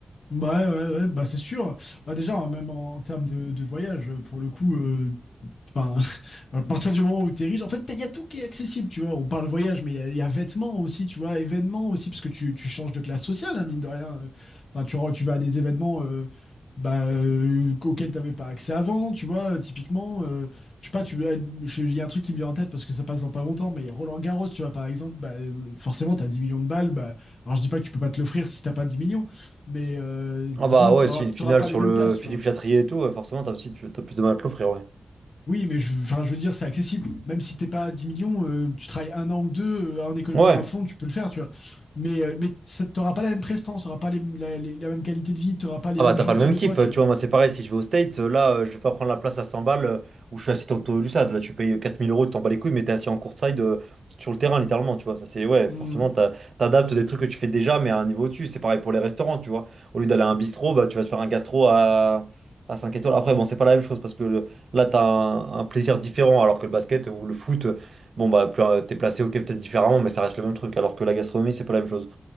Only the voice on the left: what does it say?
Ouais, ouais, ouais, bah c'est sûr. Bah déjà, hein, même en, en termes de, de voyage, euh, pour le coup, euh, enfin, <laughs> à partir du moment où tu es riche, en fait, il y a tout qui est accessible, tu vois. On parle voyage, mais il y, a- il y a vêtements aussi, tu vois, événements aussi, parce que tu, tu changes de classe sociale, hein, mine de rien. Euh, Enfin, tu, re- tu vas à des événements euh, bah, euh, auxquels tu n'avais pas accès avant, tu vois. euh, Typiquement, euh, je sais pas, tu, euh, je- il y a un truc qui me vient en tête parce que ça passe dans pas longtemps, mais Roland Garros, tu vois, par exemple, bah, euh, forcément, tu as 10 millions de balles. Bah, alors, je dis pas que tu peux pas te l'offrir si t'as pas 10 millions, mais euh,
disons
que tu n'auras
pas
les mêmes
places,
tu vois.
Oui, mais je, enfin, je veux dire, c'est accessible. Même si t'es pas à 10 millions, euh, tu travailles un an ou deux euh, en économisant
à fond, tu peux le faire, tu vois. Mais, euh, mais ça- t'auras pas la même prestance, t'auras pas les- la, les- la même qualité de vie, t'auras pas les
mêmes
gens
autour
de
toi, tu vois.
Mm.